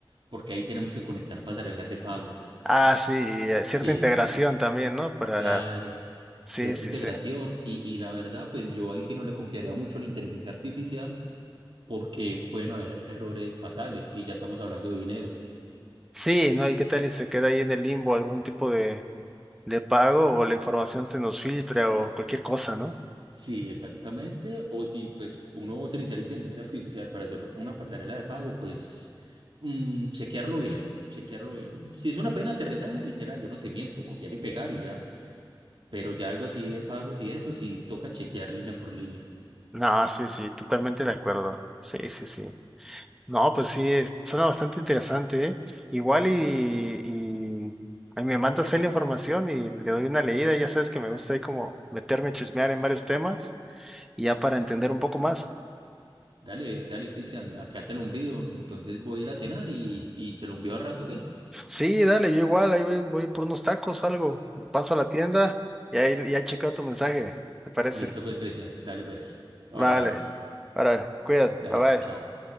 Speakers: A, on the right (about 65°); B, in the centre.
A: porque ahí tenemos que conectar pasarelas de pago.
B: Ah, sí, y eh,
A: Sí,
B: cierta integración también, ¿no? Para,
A: claro,
B: sí,
A: cierta
B: sí,
A: integración
B: sí.
A: y, y la verdad, pues yo ahí sí no le confiaría mucho a la inteligencia artificial porque pueden haber errores fatales y ya estamos hablando de dinero.
B: Sí, ¿no? ¿Y qué tal? Y se queda ahí en el limbo algún tipo de, de pago o la información se nos filtra o cualquier cosa, ¿no?
A: Sí, exactamente. O si pues uno va a utilizar inteligencia artificial para hacer una pasarela de pago, pues mm, chequearlo bien, chequearlo bien. Si es una pena de aterrizaje, literal, yo no te miento, copiar y pegar y ya. Pero ya algo así de pagos y eso, sí toca chequear línea por línea.
B: No, sí, sí, totalmente de acuerdo. Sí, sí, sí. No, pues sí, es- suena bastante interesante, ¿eh? Igual y, y ahí me mandas ahí la información y le doy una leída. Ya sabes que me gusta ahí como meterme a chismear en varios temas y ya para entender un poco más.
A: Dale, dale, Cristian, acá te lo envío. Entonces voy a ir a cenar y, y te lo envío al rato, ¿ok?
B: Sí, dale, yo igual, ahí voy, voy por unos tacos, algo. Paso a la tienda y ahí ya he checado tu mensaje, ¿te parece?
A: Listo, pues, Cristian. Dale, pues. Ahora
B: Vale.
A: hablamos.
B: Ahora, cuídate,
A: Dale,
B: bye bye.
A: chao.